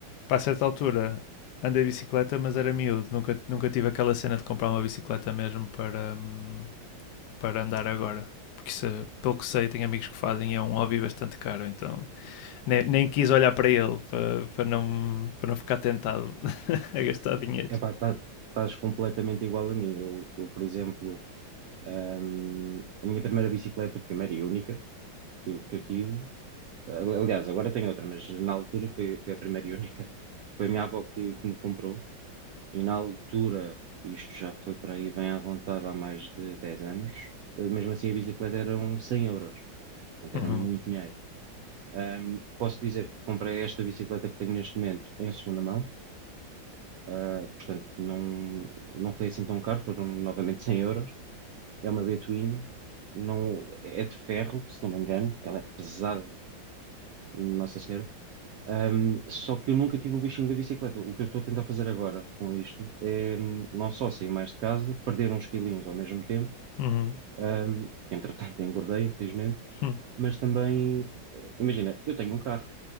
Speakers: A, on the left (about 70°); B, on the right (about 80°).
A: para certa altura, andei bicicleta, mas era miúdo. Nunca, nunca tive aquela cena de comprar uma bicicleta mesmo para, um, para andar agora. Porque isso, pelo que sei, tenho amigos que fazem é um hobby bastante caro, então nem, nem quis olhar para ele para, para, não, para não ficar tentado de dinheiro.
B: Epá, tá, estás completamente igual a mim. Eu, eu por exemplo, hum, a minha primeira bicicleta, primeira e única que, que eu tive, ali- aliás, agora tenho outra, mas na altura foi, foi a primeira e única, foi a minha avó que, que me comprou. E na altura, isto já foi para aí bem à vontade há mais de 10 anos, eh, mesmo assim a bicicleta eram 100 euros. Portanto,
A: Uhum,
B: era muito dinheiro. Um, posso dizer que comprei esta bicicleta que tenho neste momento em segunda mão, uh, portanto, não, não foi assim tão caro, foram novamente 100 euros. É uma B-Twin, não, é de ferro, se não me engano, porque ela é pesada, Nossa Senhora. Um, só que eu nunca tive o bichinho da bicicleta. O que eu estou a tentar fazer agora com isto é um, não só sair mais de casa, perder uns quilinhos ao mesmo tempo,
A: uhum,
B: um, que entretanto <laughs> engordei, infelizmente,
A: uhum,
B: mas também, uh, imagina, eu tenho um carro.